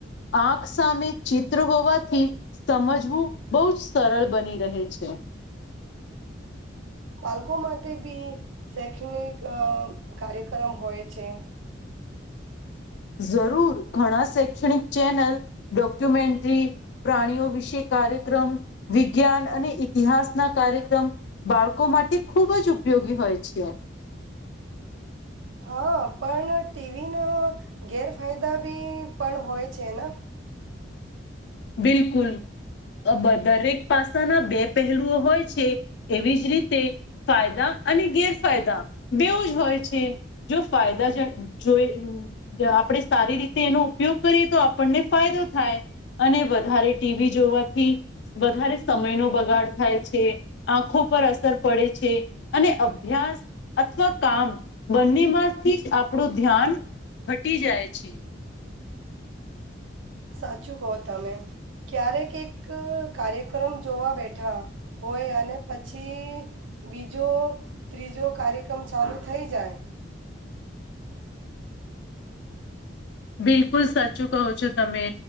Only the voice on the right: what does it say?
બાળકો માટે બી શૈક્ષણિક અ કાર્યક્રમ હોય છે.
હા પણ ટીવીના ગેરફાયદા બી પણ હોય છે ને.
સાચું કહો તમે ક્યારેક એક કાર્યક્રમ જોવા બેઠા હોય અને પછી બીજો ત્રીજો કાર્યક્રમ ચાલુ થઈ જાય.